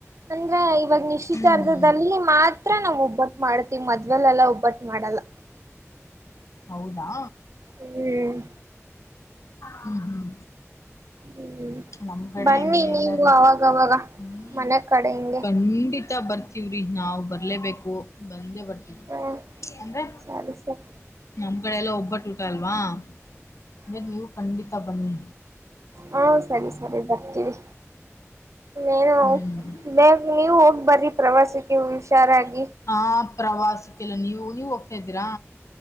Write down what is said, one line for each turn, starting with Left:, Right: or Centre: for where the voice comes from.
Right: ಅಂದ್ರೆ ಇವಾಗ ನಿಶ್ಚಿತಾರ್ಧದಲ್ಲಿ
Left: ಹ್ಮ್
Right: ಮಾತ್ರ. ಹತ್ರ ನಾವವು ಒಬ್ಬಟ್ಟು ಮಾಡ್ತಿೀವಿ, ಮದ್ವೆೇಲೆಲ್ಲಾ ಒಬ್ಬಟ್ಟು ಮಾಡಲ್ಲ
Left: ಹೌದಾ
Right: ಹ್ಮ್
Left: ಹ್ಮ್ ಹ್ಮ್
Right: ಹ್ಮ್
Left: ನಮ್ ಕಡೆ
Right: ಬನ್ನಿ
Left: ಹೆಂಗೇನಿಲ್ಲಾರಿೀ,
Right: ನೀವು ಅವಾಗವಾಗ
Left: ಹ್ಮ್
Right: ಮನೆ ಕಡೆ ಹಿಂಗೆ
Left: ಖಂಡಿತ ಬರ್ತೀವ್ರಿ ನಾವವು್ ಬರ್ ಬರಲೇಬೇಕು ಬಂದೇ ಬರ್
Right: ಹ್ಮ
Left: ಅಂದ್ರೆ
Right: ಸರಿ ಸರಿ
Left: ನಮ್ ಕಡೆ ಎಲ್ಲ ಒಬ್ಬಟ್ಟ ಊಟ ಅಲ್ ವಾ್ ಅಂದ್ರೆ ನೀವು ಖಂಡಿತ ಬನ್ನಿ
Right: ಹಾ ಸರಿ ಸರಿ ಬ ವಿ ೇನು
Left: ಹ್ಮ್
Right: ಬ ನೀವು ಹೋಗ ಬರೀ ಪ್ರವಾಸಕ್ಕೆ ಹುಷಾರಗಿ
Left: ಆ ಪ್ರವಾಸಕ್ಕೆಲ್ಲ ನೀವು ನೀವ್ ಹೋಗ್ತಾ ಇದ್ದೀರಾ